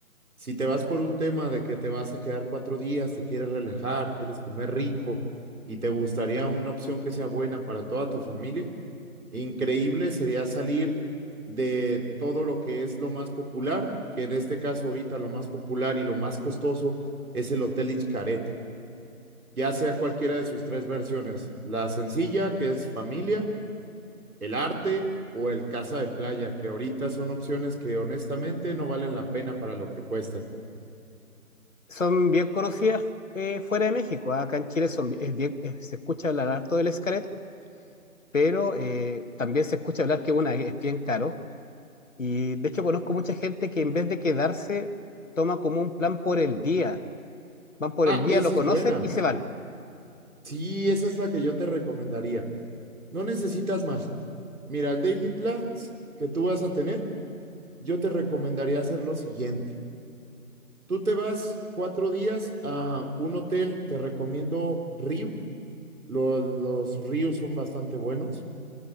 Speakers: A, on the right; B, on the left.
A: Si te vas por un tema de que te vas a quedar cuatro días, te quieres relajar, quieres comer rico y te gustaría una opción que sea buena para toda tu familia, increíble sería salir de todo lo que es lo más popular, que en este caso ahorita lo más popular y lo más costoso es el Hotel Xcaret, ya sea cualquiera de sus tres versiones, la sencilla, que es familia, el arte o el casa de playa, que ahorita son opciones que honestamente no valen la pena para lo que cuestan.
B: Son bien conocidas eh, fuera de México. Acá en Chile son, es bien- es- se escucha hablar harto del Xcaret, pero eh, también se escucha hablar que una es bien caro. Y de hecho conozco mucha gente que en vez de quedarse, toma como un plan por el día. Van por
A: Ah,
B: el día,
A: esa
B: lo
A: es
B: conocen
A: buena.
B: y se van.
A: Sí, esa es la que yo te recomendaría. No necesitas más. Mira, el Daily Plus que tú vas a tener, yo te recomendaría hacer lo siguiente. Tú te vas cuatro días a un hotel, te recomiendo Ryu. Lo- los Ryu son bastante buenos.